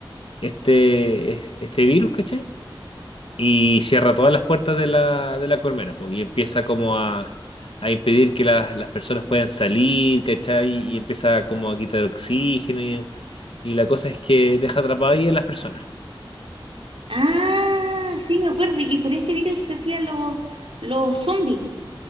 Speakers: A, on the left; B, on the right.
A: este, es- este virus, ¿cachai? Y cierra todas las puertas de la, de la colmena, pues, y empieza como a, a impedir que las, las personas puedan salir, ¿cachai? Y empieza como a quitar oxígeno y, y la cosa es que deja atrapadas ahí a las personas.
B: Ah, sí, me acuerdo. Y por este virus se hacían los, los zombies,